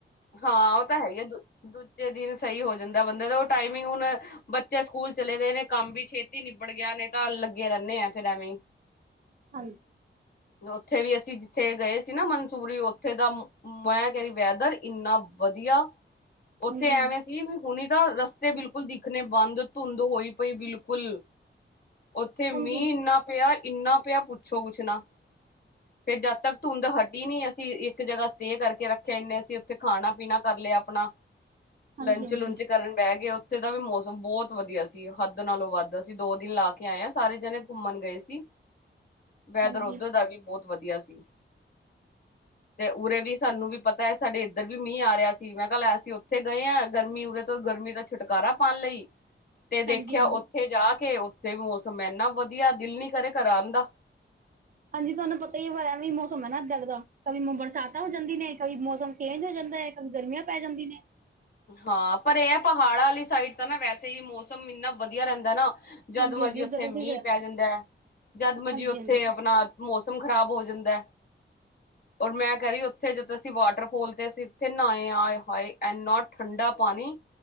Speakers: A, on the left; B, on the right.
A: ਹਾਂ ਉਹ ਤਾਂ ਹੈ ਈ ਦੂਜੇ ਦਿਨ ਸਹੀ ਹੋ ਜਾਂਦਾ ਬੰਦੇ ਦਾ ਉਹ ਟਾਈਮਿੰਗ ਹੁਣ ਬੱਚੇ ਸਕੂਲ ਚਲੇ ਗਏ ਨੇ ਕੰਮ ਵੀ ਛੇਤੀ ਨਿਬੜ ਗਿਆ ਨੇ ਤਾਂ ਲੱਗੇ ਰਹਿੰਣੇ ਆ ਫੇਰ ਐਵੀ
B: ਹਾਂਜੀ
A: ਉੱਥੇ ਵੀ ਅਸੀਂ ਜਿੱਥੇ ਗਏ ਸੀ ਨਾ ਮਨਸੂਰੀ ਉੱਥੇ ਦਾ ਮੈਂ ਕਹਿੰਦੀ ਵੈਦਰ ਇੰਨਾ ਵਧੀਆ
B: ਹਾਂਜੀ,
A: ਉੱਥੇ ਐਵੇਂ ਵੀ ਹੁਣੀ ਤਾਂ ਰਸਤੇ ਬਿਲਕੁਲ ਦਿਖਣੇ ਬੰਦ ਧੁੰਦ ਹੋਈ ਪਈ ਬਿਲਕੁਲ ਉੱਥੇ ਮੀਂਹ
B: ਹਾਂਜੀ,
A: ਇੰਨਾ ਪਿਆ ਇੰਨਾ ਪਿਆ ਪੁੱਛੋ ਕੁਛ ਨਾ ਫੇਰ ਜਦ ਤੱਕ ਧੁੰਦ ਹਟੀ ਨਹੀਂ ਅਸੀਂ ਇੱਕ ਜਗ੍ਹਾ ਸਟੇ ਕਰਕੇ ਰੱਖਿਆ ਏਨੇ ਅਸੀਂ ੇ ਖਾਣਾ ਪੀਣਾ ਕਰ ਲਿਆ ਆਪਣਾ
B: ਹਾਂਜੀ-ਹਾਂਜੀ,
A: ਲੰਚ ਲੁਚ
B: ਹਾਂਜੀ, ਹਾਂਜੀ-ਹਾਂਜੀ,
A: ਕਰਨ ਬਹਿ ਗਏ ਉੱਥੇ ਦਾ ਵੀ ਮੌਸਮ ਬਹੁਤ ਵਧੀਆ ਸੀ ਹੱਦ ਨਾਲੋਂ ਵੱਧ ਅਸੀਂ ਦੋ ਦਿਨ ਲਾ ਕੇ ਆਏ ਹਾਂ ਸਾਰੇ ਜਣੇ ਘੁੰਮਣ ਗਏ ਸੀ
B: <inaudible>
A: ਵੈਦਰ
B: ਹਾਂਜੀ
A: ਓਧਰ ਦਾ ਵੀ ਬਹੁਤ ਵਧੀਆ ਸੀ। ਤੇ ਉਰੇ ਵੀ ਸਾਨੂੰ ਵੀ ਪਤਾ ਹੈ ਸਾਡੇ ਇੱਧਰ ਵੀ ਮੀਂਹ ਆ ਰਿਹਾ ਸੀ ਮੈਂ ਕੱਲ ਅਸੀ ਉੱਥੇ ਗਏ ਆਂ ਗਰਮੀ ਉਰੇ ਤੋਂ ਗਰਮੀ ਦਾ ਛੁਟਕਾਰਾ ਪਾਉਣ ਲਈ
B: <unintelligible> <inaudible>
A: ਤੇ ਦੇਖਿਆ
B: ਹਾਂਜੀ
A: ਉੱਥੇ ਜਾ ਕੇ ਉੱਥੇ ਮੌਸਮ ਇਨਾ ਵਧੀਆ ਦਿਲ ਨੀ ਕਰੇ ਘਰ ਆਂਦਾ।
B: ਹਾਂਜੀ ਤੁਹਾਨੂੰ ਪਤਾ ਹੀ ਵਾਰ ਐ ਵੀ ਮੌਸਮ ਹੈ ਨਾ ਦਰ ਦਾ ਕ ਬਰਸਾਤ ਹੋ ਜਾਂਦੀ ਨੇ ਕਵ ਮੌਸਮ ਚੇਂਜ ਹੋ ਜਾਂਦਾ ਹੈ ਕ ਗਰਮੀਆਂ ਪੈ ਜਾਂਦੀਆਂ ਨੇ।
A: ਹਾਂ ਪਰ ਇਹ ਪਹਾੜਾਂ ਵਾਲੀ ਸਾਈਡ ਤਾਂ ਨਾ ਵੈਸੇ ਹੀ ਮੌਸਮ ਇੰਨਾ ਵਧੀਆ ਰਹਿੰਦਾ ਨਾ। ਜਦ
B: ਹਾਂਜੀ-ਹਾਂਜੀ
A: ਮਰਜੀ ਉੱਥੇ
B: ਉੱਧਰ
A: ਮੀਂਹ
B: ਠੀਕ ਰਹਿੰਦਾ
A: ਪੈ ਜਾਂਦਾ ਜਦ ਮਰਜੀ
B: ਹਾਂਜੀ-ਹਾਂਜੀ,
A: ਉੱਥੇ ਆਪਣਾ ਮੌਸਮ ਖ਼ਰਾਬ ਹੋ ਜਾਂਦਾ। ਔਰ ਮੈਂ ਕ ਰਹੀ ਉੱਥ ਜਦੋਂ ਅਸੀਂ ਵਾਟਰਫੋਲ ਤੇ ਅਸੀਂ ਉੱਥੇ ਨਏ ਆਏ ਹਏ ਐਡ ਨੋਟ ਠੰਡਾ ਪਾਣੀ